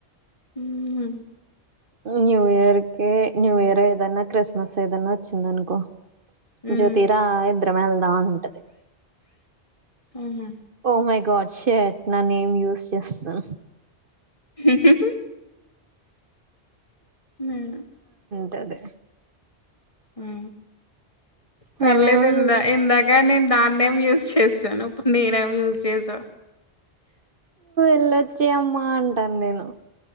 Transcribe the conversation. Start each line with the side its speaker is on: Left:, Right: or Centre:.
Left: హుహు.
Right: న్యూ ఇయర్ కి న్యూ ఇయర్ ఏదన్నా క్రిస్మస్ ఏదన్నా ఒచ్చిందనుకో
Left: హ్మ్.
Right: జ్యోతి రా ఇద్దరం ఎల్ దా అంటది
Left: హుహు.
Right: ఓ మై గాడ్ షర్ట్ నా నేమ్ యూస్ చేస్తును
Left: హు హు హు నేనా
Right: టది
Left: హు పర్లేదు
Right: నేనేమో
Left: ఇందా
Right: నువ్వు
Left: ఇందాక నేను నా న్నేమ్ యూజ్ చేసాను ఇప్పుడు నేనేమ్ యూజ్ చేసా
Right: ఎళ్ళొచ్చేయ్ అమ్మా అంటాన్ నేను